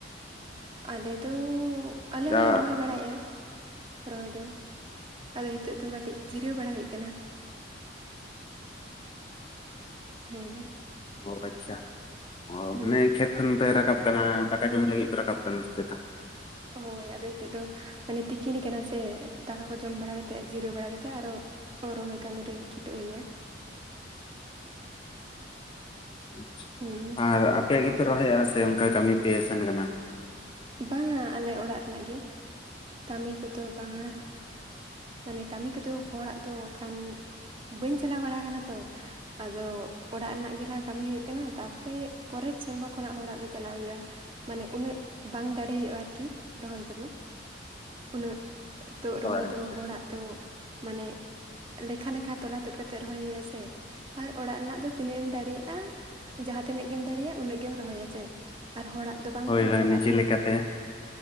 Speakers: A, on the right (about 25°); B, on the left (about 25°).
A: ᱟᱞᱮ ᱫᱚ ᱟᱞᱮ ᱦᱚᱸᱞᱮ
B: ᱟ
A: ᱨᱚᱦᱚᱭ ᱵᱟᱲᱟᱭᱮᱫᱼᱟ ᱾ ᱨᱚᱦᱚᱭ ᱫᱚ ᱟᱫᱚ ᱦᱤᱛᱚᱜ ᱫᱚ ᱠᱟᱹᱴᱤᱡ ᱡᱤᱨᱟᱹᱣ ᱵᱟᱲᱟ ᱦᱩᱭᱩᱜ ᱠᱟᱱᱟ ᱾ ᱦᱮᱸ ᱾
B: ᱚ ᱟᱪᱪᱷᱟ ᱚ
A: ᱦᱮᱸ
B: ᱢᱟᱱᱮ ᱠᱷᱮᱛ ᱠᱷᱚᱱ ᱯᱮ ᱨᱟᱠᱟᱵ ᱠᱟᱱᱟ, ᱫᱟᱠᱟ ᱡᱚᱢ ᱞᱟᱹᱜᱤᱫ ᱯᱮ ᱨᱟᱠᱟᱵ ᱠᱟᱱᱟ ᱪᱮᱛᱟ?
A: ᱦᱳᱭ ᱟᱫᱚ ᱦᱤᱛᱚᱜ ᱫᱚ ᱢᱟᱱᱮ ᱛᱤᱠᱤᱱ ᱠᱟᱱᱟ ᱥᱮ ᱫᱟᱠᱟ ᱠᱚ ᱡᱚᱢ ᱵᱟᱲᱟ ᱠᱟᱛᱮᱫ ᱡᱤᱨᱟᱹᱣ ᱵᱟᱲᱟ ᱠᱟᱛᱮᱫ ᱟᱨᱚ ᱚ ᱨᱚᱦᱚᱭ ᱠᱟᱹᱢᱤ ᱨᱮ ᱪᱩᱴᱟᱹᱜ ᱦᱩᱭᱩᱜᱼᱟ ᱾
B: ᱟᱪᱪᱷᱟ
A: ᱦᱮᱸ
B: ᱟᱨ ᱟᱯᱮ ᱜᱮᱯᱮ ᱨᱚᱦᱚᱭᱟ ᱥᱮ ᱚᱱᱠᱟ ᱠᱟᱹᱢᱤ ᱯᱮ ᱥᱮᱱ ᱠᱟᱱᱟ?
A: ᱵᱟᱝᱟ ᱟᱞᱮ ᱚᱲᱟᱜ ᱨᱮᱱᱟᱜ ᱜᱮ, ᱠᱟᱹᱢᱤ ᱠᱚᱫᱚ ᱵᱟᱝᱟ ᱾ ᱢᱟᱱᱮ ᱠᱟᱹᱢᱤ ᱠᱚᱫᱚ ᱦᱚᱲᱟᱜ ᱫᱚ ᱠᱷᱟᱱ, ᱵᱟᱹᱧ ᱪᱟᱞᱟᱣ ᱵᱟᱲᱟ ᱠᱟᱱᱟ ᱛᱚ᱾ ᱟᱫᱚ, ᱚᱲᱟᱜ ᱨᱮᱱᱟᱜ ᱜᱮ ᱞᱟᱦᱟ ᱠᱟᱹᱢᱤ ᱦᱩᱭᱩᱜ ᱠᱟᱱᱟ ᱛᱟᱯᱚᱨᱮ ᱯᱚᱨᱮᱨ ᱥᱮᱨᱢᱟ ᱠᱷᱚᱱᱟᱜ ᱦᱚᱲᱟᱜ ᱫᱚ ᱪᱟᱞᱟᱜ ᱦᱩᱭᱩᱜ-ᱟ᱾ ᱢᱟᱱᱮ ᱩᱱᱟᱹᱜ, ᱵᱟᱝ ᱫᱟᱲᱮ ᱦᱩᱭᱩᱜ-ᱟ ᱟᱨᱠᱤ, ᱨᱚᱦᱚᱭ ᱠᱚᱫᱚ, ᱩᱱᱟᱹᱜᱼᱼ ᱛᱚᱜ ᱨᱚᱦᱚᱭ
B: ᱚ
A: ᱫᱚ,
B: ᱟᱪᱪᱷᱟ
A: ᱦᱚᱲᱟᱜ ᱫᱚ, ᱢᱟᱱᱮᱼᱼ ᱞᱮᱠᱷᱟᱼᱞᱮᱠᱷᱟ ᱛᱚᱞᱟ ᱛᱩᱫ ᱠᱟᱛᱮᱫ ᱨᱚᱦᱚᱭ ᱦᱩᱭᱩᱜ-ᱟ ᱥᱮ, ᱟᱨ ᱚᱲᱟᱜ ᱨᱮᱱᱟᱜ ᱫᱚ ᱛᱤᱱᱟᱹᱜ ᱮᱢ ᱫᱟᱲᱮᱭᱟᱜ-ᱟ᱾ ᱡᱟᱦᱟᱸ ᱛᱤᱱᱟᱹᱜ ᱜᱮᱢ ᱫᱟᱲᱮᱭᱟᱜ-ᱟ ᱩᱱᱟᱹᱜ ᱜᱮᱢ ᱨᱚᱦᱚᱭᱟ ᱪᱮ, ᱟᱨ ᱦᱚᱲᱟᱜ ᱫᱚ ᱵᱟᱝ
B: ᱦᱳᱭ
A: ᱛᱚ
B: ᱦᱳᱭ
A: ᱦᱚᱲᱟᱜᱼᱼ
B: ᱱᱤᱡᱮ ᱞᱮᱠᱟᱛᱮ